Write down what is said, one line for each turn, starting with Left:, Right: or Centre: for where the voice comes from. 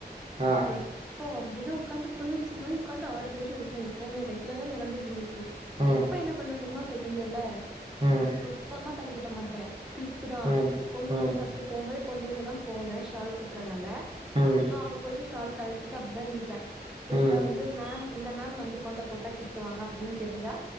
Right: ஆ
Centre: இப்போ அப்படிதா உட்காந்து குளிச்சி மாதிரி உட்காந்து ஆறு பேர் இருப்போ எப்பவுமே ரெகுலரா நடந்துட்டு இருந்துச்சு
Right: ம்
Centre: இப்ப என்ன பண்ணுவே தெரியுமா செகண்ட்டியர்ல
Right: ம்
Centre: சுத்தமா தல கெட்ட மாட்டே கிளிப்பு தா
Right: ம்
Centre: கொண்டு
Right: ம்
Centre: போக ஃபஸ்ட் போம்போதே கொண்டையில தா போவே ஷால் குத்துறனால
Right: ம்
Centre: சோ அங்க போயிட்டு ஷால் கழட்டிட்டு அப்படிதா இருப்பே திரும்ப
Right: ம்
Centre: வந் து மேம் இந்த மேம் வந்து கொண்ட போட்டா திட்டுவாங்க அப்டின்னு தெரிஞ்சா